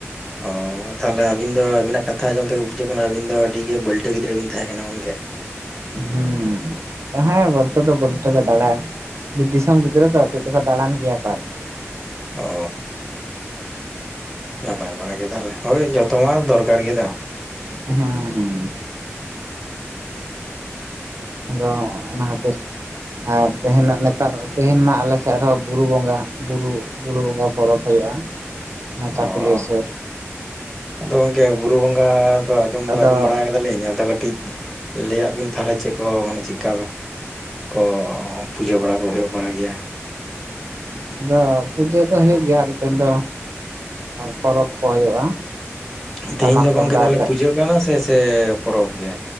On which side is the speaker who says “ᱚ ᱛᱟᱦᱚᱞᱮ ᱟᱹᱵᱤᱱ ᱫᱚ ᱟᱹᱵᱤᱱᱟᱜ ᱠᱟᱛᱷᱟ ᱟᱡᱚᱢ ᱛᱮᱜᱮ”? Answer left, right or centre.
Centre